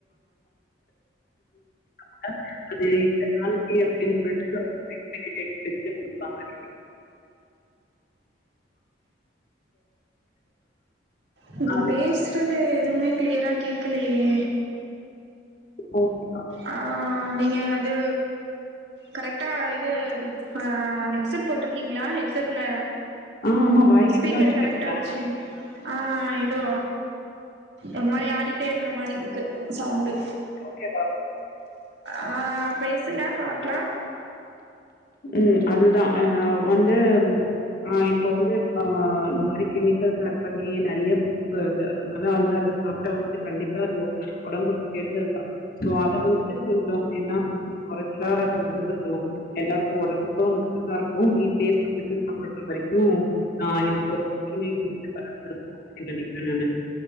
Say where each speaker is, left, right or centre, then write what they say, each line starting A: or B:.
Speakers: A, on the left; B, on the right.
A: <inaudible> <unintelligible> அது இத்தன நாளைக்கு அப்டின்னு சொல்லிட்டு எக்ஸ்பீரி டேட்வச்சி குடுப்பாங்க <inaudible>
B: நீங்க
A: அது
B: பேச்றதே எதுமே கிளியரா கேக்கலயே
A: ஓகே
B: ஆ ஆ நீங்க அது கரெக்டா இது ஆ ஹெட் செட் போட்ருக்கீங்களா ஹெட்செட்ல
A: ஆ ஆமா வாய்க்கிட்ட
B: ஸ்பீக்கர்
A: தான் வச்சு
B: கரெக்டா
A: பேசுறேன்.
B: வச்சு ஆ ஏதோ ஒரு மாரி ஆடிக்டே இருக்க மாரி இருக்கு சவுண்டு
A: ஓகே மா
B: ஆ பேசுங்க பாக்கலா
A: ம். அதுதான். அ வந்து ஆ இப்போ வந்து ஆ இந்த மாரி கெமிக்கல் பேக் பண்ணி நெறைய ஃபுட்ஸ் வருது அதனால வந்து அத சாப்ட்டா வந்துட்டு கண்டிப்பா அது ஒடம்புக்கு கெடுதல் தா ஸோ அத வந்துட்டு கொஞ்சோ எல்லா கொஞ்சோ குறைச்சா அது வந்து கொஞ்சோ எல்லாருக்கு ஒடம்புக்கு நல்லாருக்கு வீட்லயே செஞ்சுட்டு சாப்புட்ற வரைக்கு தா எந்த ஒரு பிரச்சனயு வீட்ல வராம இருக்கூனு அப்டி நெனைக்கிறே நானு